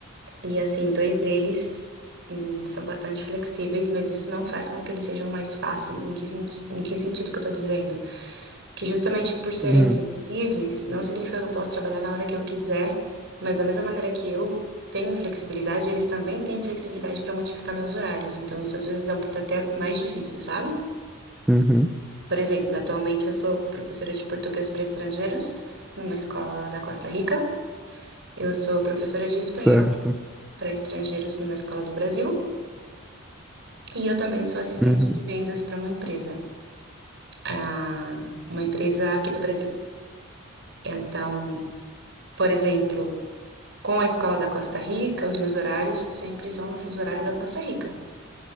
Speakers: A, on the right (about 55°); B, in the centre.
A: e assim, dois deles hum, são bastante flexíveis, mas isso não faz com que eles sejam mais fáceis. Em que, senti- em que sentido que eu tô dizendo? Que justamente por serem
B: Uhum,
A: flexíveis, não significa que eu posso trabalhar na hora que eu quiser, mas da mesma maneira que eu tenho flexibilidade, eles também têm flexibilidade para modificar meus horários. Então, isso às vezes é um- até mais difícil, sabe?
B: uhum,
A: Por exemplo, atualmente eu sou professora de português para estrangeiros numa escola da Costa Rica. Eu sou professora de espanhol
B: certo.
A: para estrangeiros numa escola do Brasil. E eu também sou assistente
B: Uhum.
A: de vendas para uma empresa, ah, uma empresa aqui do Brasil. Então, por exemplo, com a escola da Costa Rica, os meus horários sempre são no fuso horário da Costa Rica.